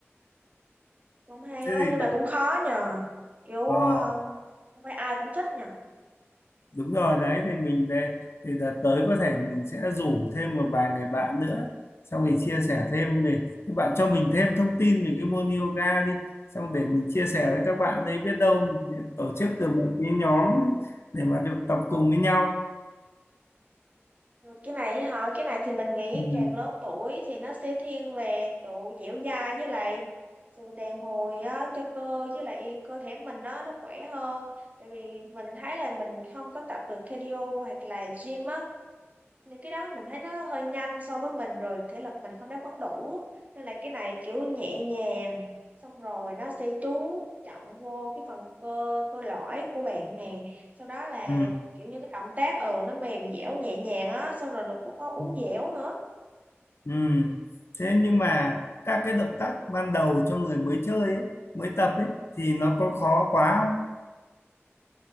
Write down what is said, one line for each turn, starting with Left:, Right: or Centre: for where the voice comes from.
Right: cũng hay
Left: Thế
Right: á
Left: thì
Right: nhưng
Left: để
Right: mà cũng khó nhờ kiểu
Left: ờ
Right: ờ, không phải ai cũng thích nhờ
Left: đúng rồi đấy thì mình đây thì đợt tới có thể mình sẽ rủ thêm một vài người bạn nữa xong thì chia sẻ thêm về các bạn cho mình thêm thông tin về cái môn yoga đi xong để mình chia sẻ với các bạn ấy biết đâu mình sẽ tổ chức được một cái nhóm để mà được tập cùng với nhau
Right: cái này hả cái này thì mình nghĩ
Left: ừ.
Right: càng lớn tuổi thì nó sẽ thiên về kiểu dẻo dai với lại sự đàn hồi á cho cơ với lại cơ thể mình nó nó khỏe hơn tại vì mình thấy là mình không có tập được cardio hoặc là gym á những cái đó mình thấy nó hơi nhanh so với mình rồi thể lực mình không đáp ứng đủ nên là cái này kiểu nhẹ nhàng xong rồi nó sẽ chú trọng vô cái phần cơ cơ lõi của bạn nè sau đó là
Left: Ừ.
Right: kiểu như cái động tác ừ nó mềm dẻo nhẹ nhàng á xong rồi nó cũng có uốn
Left: Ừ.
Right: dẻo nữa
Left: Ừ. thế
Right: ừ.
Left: nhưng mà các cái động tác ban đầu cho người mới chơi ấy mới tập ấy thì nó có khó quá không